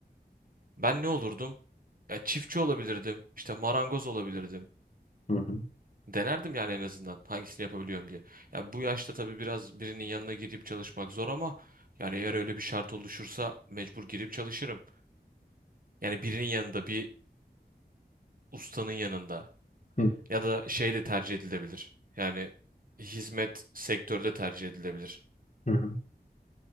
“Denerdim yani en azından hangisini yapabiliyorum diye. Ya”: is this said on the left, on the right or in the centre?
Right